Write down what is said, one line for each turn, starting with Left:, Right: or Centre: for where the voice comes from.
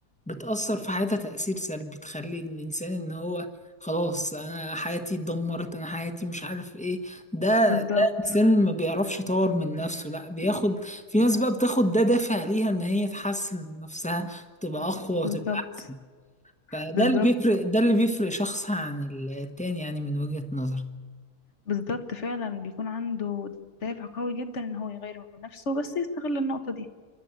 Centre: بتأثر في حياتها تأثير سلبي بتخلي الإنسان إن هو خلاص أنا حياتي اتدمرت أنا حياتي مش عارف إيه ده
Left: بالظبط
Centre: الانسان ما بيعرفش يطور من نفسه لا بياخد في ناس بقى بتاخد ده دافع ليها ان هي تحسن من نفسها تبقى اقوى وتبقى
Left: بالظبط
Centre: احسن فده
Left: بالظبط
Centre: اللي بيفرق ده اللي بيفرق شخص عن التاني يعني من وجهة نظري
Left: بالظبط فعلا بيكون عنده دافع قوي جدا ان هو يغير من نفسه بس يستغل النقطة دي